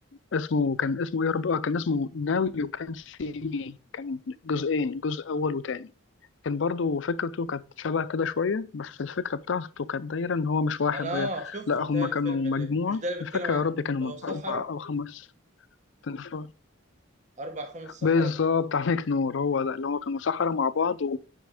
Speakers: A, on the left (about 60°); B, on the right (about 35°).
A: اسمه كان اسمه ايه يا رب آه، كان اسمه ناو يو كان سي مي كان جزئين جزء اول وتاني كان برضو فكرته كانت شبه كده شويه بس الفكره بتاعته كانت دايره ان هو مش واحد
B: انا اه
A: بقى
B: شفته
A: لا
B: متهيألي
A: هم كانوا
B: الفيلم ده
A: مجموعه
B: مش ده اللي
A: مش
B: بيتكلم
A: فاكر
B: عن
A: يا رب كانوا
B: اللي
A: من
B: هو صحراء
A: اربع او خمس تنفار
B: اربع خمس صحراء
A: بالظبط
B: كده
A: عليك نور هو ده اللي هو كانوا سحرة مع بعض